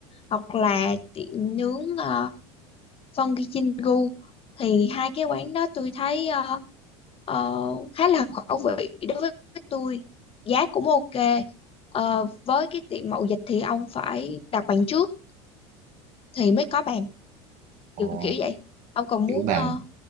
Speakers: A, on the left; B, on the right.
A: hoặc là tiệm nướng uh, Funky Chingu thì hai cái quán đó tôi thấy ờ, ờ, khá là hợp khẩu vị đối với tôi giá cũng ok Ờ, với cái tiệm Mậu Dịch thì ông phải đặt bàn trước thì mới có bàn
B: Ồ,
A: kiểu kiểu vậy ông còn muốn
B: kiểu bà
A: ờ,